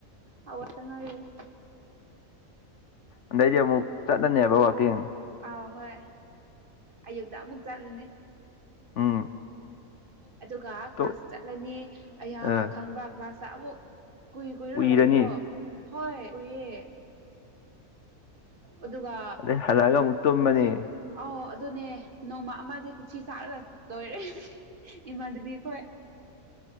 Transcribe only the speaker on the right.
ꯍꯧꯒꯠꯇ ꯉꯥꯏꯔꯤ꯫
ꯑꯧ ꯍꯣꯏ ꯑꯌꯨꯛꯇ ꯑꯃꯨꯛ ꯆꯠꯂꯨꯅꯤ꯫
ꯑꯗꯨꯒ ꯀ꯭ꯂꯥꯁ
ꯆꯠꯂꯅꯤ ꯑꯩꯍꯥꯛ
ꯈꯪꯕ꯭ꯔ ꯀ꯭ꯂꯥꯁꯇ ꯑꯃꯨꯛ꯫ ꯀꯨꯏ ꯀꯨꯏꯔꯒ
ꯂꯩꯏꯕꯗꯣ ꯍꯣꯏ ꯑꯨꯏꯌꯦ꯫ ꯑꯗꯨꯒ
ꯑꯧ ꯑꯗꯨꯅꯦ ꯅꯣꯡꯃ ꯑꯃꯗꯤ ꯀꯊꯤ ꯆꯥꯔꯒ ꯂꯣꯏꯔꯦ ꯏꯃꯥꯗꯕꯤꯈꯣꯏ